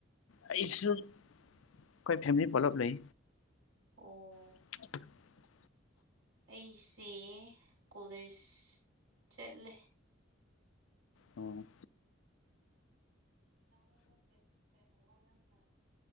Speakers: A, on the left (about 75°); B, on the right (about 75°).
A: ꯑꯩꯁꯨ ꯑꯩꯈꯣꯏ ꯐꯦꯝꯂꯤ ꯄꯨꯂꯞ ꯂꯩ
B: ꯑꯣ
A: <inaudible>
B: ꯑꯩꯁꯦ ꯀꯣꯂꯦꯖ ꯆꯠꯂꯦ
A: ꯑꯣ
B: <unintelligible>